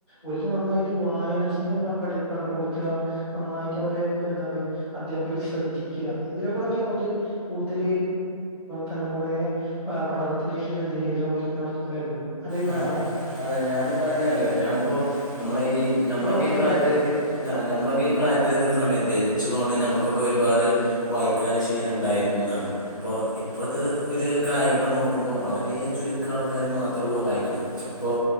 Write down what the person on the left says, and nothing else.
ആ
അതെ ഞാനിപ്പോ തന്നെ അറിയ ഞാനിപ്പോ നമ്മളെ ഈ ഞമ്മളൊക്കെ
ഈ പ്രായത്തിലെത്തി
ആ് നമ്മളൊക്കെ ഈ പ്രായത്തിലെത്തുന്ന സമയത്തന് വച്ചതുകൊണ്ട് നമുക്കൊക്കെ
ഒരുപാട് വായന ശീലം ഉണ്ടായിരുന്നു എന്നാണ് ഇപ്പോൊ ഇപ്പോത്തെ ഒരു കാലഘട്ടം നോക്ക നോക്കുമ്പോ വളരെ ചുരുക്ക ആൾക്കാർ മാത്രേ ഉള്ളൂ വായനക്കാർ ഇപ്പോൾ